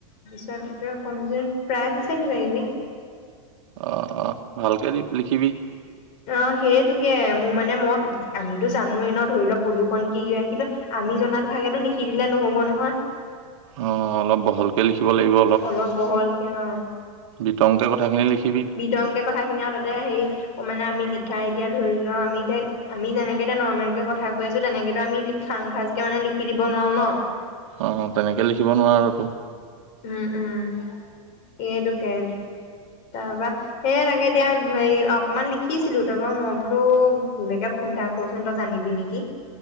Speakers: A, on the left; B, on the right.
A: <unintelligible> কম্পিটিন প্ৰাইজ আছে কিবা কিবি।
B: অ' অ' ভালকে দি লিখিবি।
A: অ, সেইটোকে মোৰ মানে মই আমিতো জানো ন' ধৰি লও প্ৰদূৰ্ষণ কি কি কিন্তু আমি জনাতো ভাগো লিখি দিলে নহব নহয়।
B: অ' অলপ বহলকে লিখিব লাগিব
A: অলপ বহলকে অ'
B: বিতংকে কথাখিনি লিখিবি
A: বিতংকে কথাখিনি আৰু তাতে হেই অ' মানে আমি লিখা এতিয়া ধৰি ল আমি এতিয়া আমি যেনেকে এতিয়া নৰ্মেল কে কথা কৈ আছো তেনেকেতো আমি খাং সাজ কে মানে লিখি দিব নোৱাৰো ন'।
B: অ' তেনেকে লিখিব নোৱাৰা আৰু তো।
A: উম, উম। সেইটোকে তাৰপৰা সে তাকে এতিয়া হে অকমান লিখিছিলো তাৰপৰা মই বোলো তোলকে ফোন এটা কৰচোন তই জানিবি নেকি?